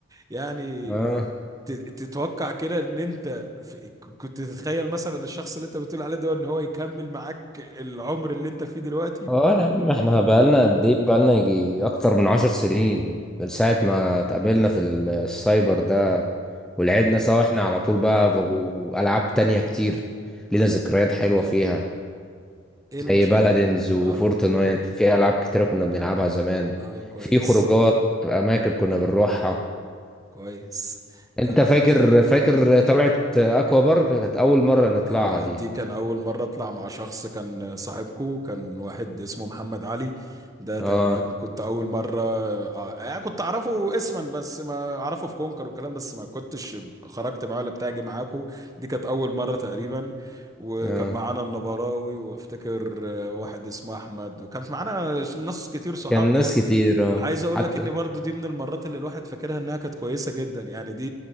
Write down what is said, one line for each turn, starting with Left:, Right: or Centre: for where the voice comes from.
Right: يعني
Centre: اه
Right: ت- تتوقع كده ان انت في- كنت تتخيل مثلا الشخص اللي انت بتقول عليه ده ان هو يكمل معاك العمر اللي انت فيه دلوقتي
Centre: اه يا عم احنا بقالنا قد ايه بقالنا يجي اكتر من عشر سنين من ساعة
Right: آه.
Centre: ما اتقابلنا في ال- السايبر ده ولعبنا سوا احنا على طول بقى و- والعاب تانية كتير لينا ذكريات حلوة فيها
Right: ايه المشاركه
Centre: زي بلدنز وفورتنايت
Right: اه
Centre: في ألعاب كتيرة كنا بنلعبها زمان
Right: اه كويس
Centre: في خروجات أماكن كنا بنروحها
Right: كويس ده
Centre: أنت فاكر فاكر طلعت أكوا بارك كانت أول مرة نطلعها
Right: آه،
Centre: دي
Right: دي كان أول مرة أطلع مع شخص كان صاحبكو كان واحد اسمه محمد علي ده تقريبا
Centre: آه
Right: كنت أول مرة آه، آه، كنت أعرفه اسما بس ما أعرفه في كونكر والكلام بس ما كنتش خرجت معاه ولا بتاعي معاكو دي كانت أول مرة تقريبا وكان
Centre: آه
Right: معانا النبراوي وافتكر آه، واحد اسمه أحمد وكان معانا ناس كتير صحابنا
Centre: كان ناس
Right: يعني
Centre: كتير آه
Right: عايز أقول
Centre: حتى
Right: لك إن برضو دي من المرات اللي الواحد فاكرها إنها كانت كويسة جدا يعني دي